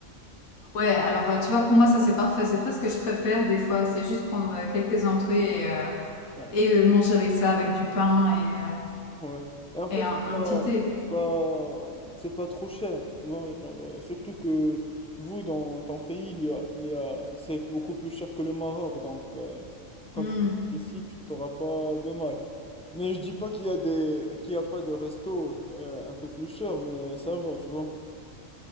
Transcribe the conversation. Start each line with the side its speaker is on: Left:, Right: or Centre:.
Left: Ouais, alors euh, tu vois, pour moi, ça c'est parfait. C'est presque ce que je préfère des fois. C'est juste prendre euh, quelques entrées et, euh,
Centre: Ouais,
Left: et euh, manger avec ça, avec du pain et, euh,
Centre: ouais. Et en fait,
Left: et un,
Centre: c'est
Left: un
Centre: pas,
Left: petit thé.
Centre: c'est pas, c'est pas trop cher, tu vois. genre, euh, surtout que vous, dans ton pays, il y a, il y a, c'est beaucoup plus cher que le Maroc. Donc euh, quand
Left: Hmm.
Centre: tu vas venir ici, tu t'auras pas de mal. Mais je dis pas qu'il y a des, qu'il y a pas de resto euh, un peu plus cher, mais ça va, tu vois.